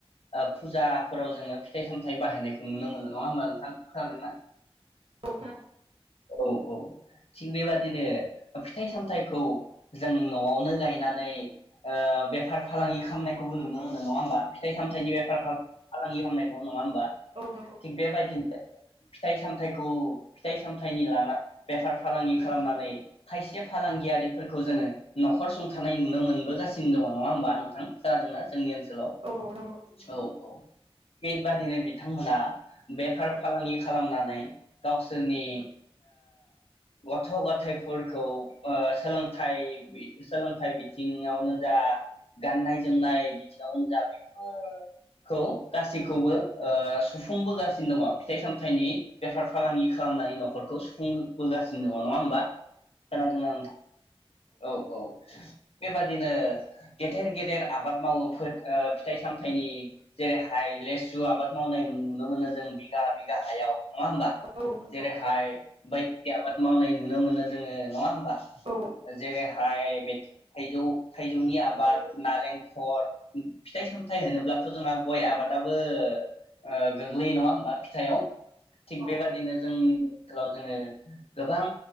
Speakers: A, on the left; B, on the right.
A: ओ फुजाफोराव जोङो फिथाइ सामथाइ बाहायनायखौ नुनो मोनो नङा होमबा नोंथां खोनादोंना?
B: औ खोनादों
A: औ औ थिग बेबादिनो फिथाइ सामथाइखौ जों न'आवनो गायनानै ओ बेफार फालांगि खामनाय खौबो नुनो मोनो नङा होमबा? फिथाइ सामथाइनि बेफार फा-फालांगि खालामनाय नङा होमबा
B: औ नंगौ औ
A: थिग बेबायदिनो फिथाइ सामथाइखौ फिथाइ सामथाइनि लाना बेफार फालांगि खालामनानै खायसे फालांगियारिफोरखौ जोङो न'खर सुंथानाय नुनो मोनबोगासिनो दङ नङा होमबा नों थां खोनादोंना? जोंनि ओनसोलाव
B: औ नंगौ
A: औ औ बेबादिनो बिथांमोना बेफार फालांगि खालामनानै गावसोरनि ओ गथ' गथायाइफोरखौ ओ सोलोंथाइ बि सोलोंथाइ बिथिङावनो जा गाननाय जोमनाय बिथिङावनो जा बेफोरखौ गासैखौबो ओ सुफुंबोगासिनो दङ फिथाइ सामथाइनि बेफार फालांगि खालामनायनि न' खरखौ सुफुंबोगासिनो दङ नङा होमबा? खोनादोंना नों? औ औ बेबादिनो गेदेर गेदेर आबाद मावो फोद ओ फिथाइ सामथाइनि जेरैहाय लेसु आबाद मावनाय नुनो मोनो जों बिगा बिगा हायाव। नङा होमबा?
B: औ नंगौ
A: जेरै हाय बायदि आबाद मावनाय नुनो मोनो जोङो नङा होनबा?
B: औ
A: जेरैहाय हाय थाइजौ थाइजौनि आबाद, नालेंखर फिथाइ सामथायाइ होनोब्लाथ' जोंहा गय आबादाबो ओ गोग्लैयो नङा होमबा फिथाइआव। थिग
B: औ
A: बेबादिनो जों <unintelligible> जोङो गोबां